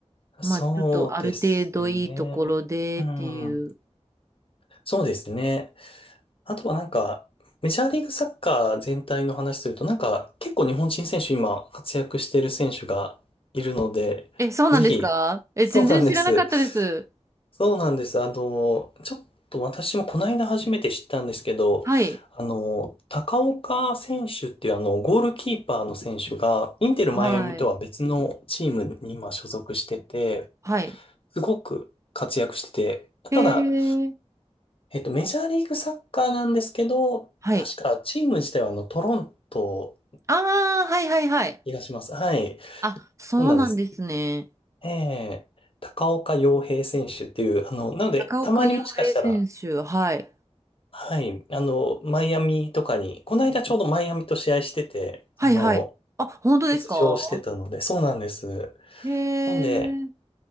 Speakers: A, on the right; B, on the left.
A: まあちょっとある程度いいところでっていう。
B: そうですね。うん。そうですね。あとはなんか、メジャーリーグサッカー全体の話すると、なんか結構日本人選手今活躍している選手がいるので、
A: え、そうなんですかえ、
B: ぜひ、そうなんです。
A: 全然知らなかったです。
B: そうなんです。あの、ちょっと私もこの間初めて知ったんですけど、
A: はい。
B: あの、高岡選手っていうあの、ゴールキーパーの選手が、インテルマイアミとは別のチームに今所属してて、
A: はい。はい。
B: すごく活躍してて、
A: へえ。
B: ただ、えっと、メジャーリーグサッカーなんですけど、
A: はい。
B: 確かチーム自体はあの、トロント、
A: ああ、はいはいはい。
B: 気がします。はい。
A: あ、そうなんですね。
B: そうなんです。ええ、高岡洋平選手っていう、あの、なので、
A: 高岡洋平選手。
B: たまにもしかしたら、
A: はい。
B: はい、あの、マイアミとかに、この間ちょうどマイアミと試合してて、
A: はいはい。
B: あの、
A: あ、本当ですか
B: 出場してたので、そうなんです。
A: へえ。
B: なので、